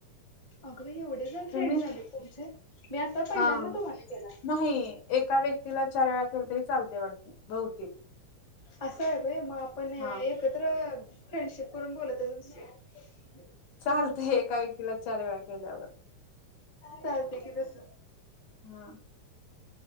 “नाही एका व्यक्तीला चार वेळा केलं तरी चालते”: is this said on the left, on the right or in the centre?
Left